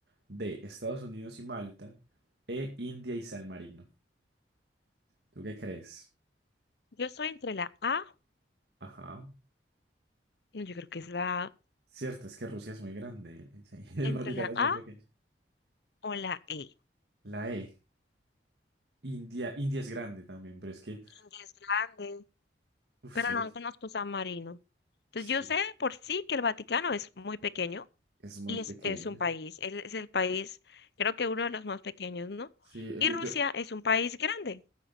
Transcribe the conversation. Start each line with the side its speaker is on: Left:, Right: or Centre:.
Right: D. Estados Unidos y Malta. E. India y San Marino. ¿Tú qué crees?
Left: Yo soy entre la A,
Right: Ajá.
Left: no, yo creo que es la A
Right: Cierto, es que Rusia es muy grande y el <laughs> el
Left: entre
Right: Vaticano
Left: la
Right: es
Left: A
Right: muy pequeño.
Left: o la E.
Right: La E. India, India es grande también, pero es que,
Left: Inglés grande,
Right: uf,
Left: pero
Right: solo
Left: no
Right: que
Left: conozco San Marino. Entonces
Right: sí,
Left: yo sé por sí que el Vaticano es muy pequeño
Right: es muy
Left: y
Right: pequeña.
Left: es, es un país, él es el país, creo que uno de los más pequeños, ¿no?
Right: Sí, eh,
Left: Y
Right: yo,
Left: Rusia
Right: yo,
Left: es un país grande,